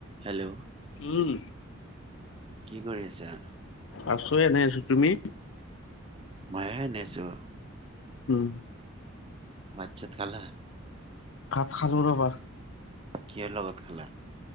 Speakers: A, on the right (about 25°); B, on the left (about 65°).
A: Hello.
B: উম,
A: কি কৰি আছা?
B: আছো এনে আছো তুমি?
A: মই এনেই আছোঁ।
B: উম।
A: ভাত ছাত খালা?
B: ভাত খালো ৰবা।
A: কিহৰ লগত খালা?